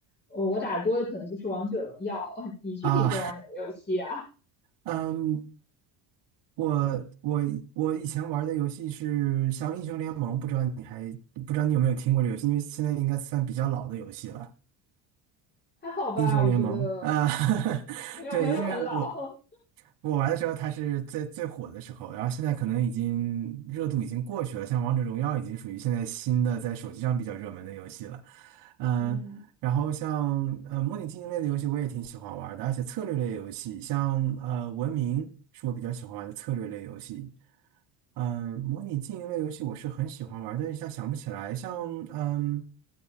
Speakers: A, on the left; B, on the right.
A: 呃我打的多的可能就是王者荣耀。<laughs> 你具体是玩哪个游戏啊？
B: 啊，<laughs> 嗯，我我我以前玩的游戏是像英雄联盟，不知道你还不知道你有没有听过这个游戏，因为现在应该算比较老的游戏了。
A: 还好吧，
B: 英雄联盟啊，
A: 我觉得没有没有没有很老。
B: <laughs> 对，因为我我玩的时候它是最最火的时候，然后现在可能已经热度已经过去了，像王者荣耀已经属于现在新的在手机上比较热门的游戏了，
A: <laughs>
B: 嗯、
A: 嗯
B: 然后像呃模拟经营类的游戏我也挺喜欢玩的，而且策略类游戏，像呃文明是我比较喜欢玩的策略类游戏。嗯，模拟经营类游戏我是很喜欢玩，但一下想不起来。像嗯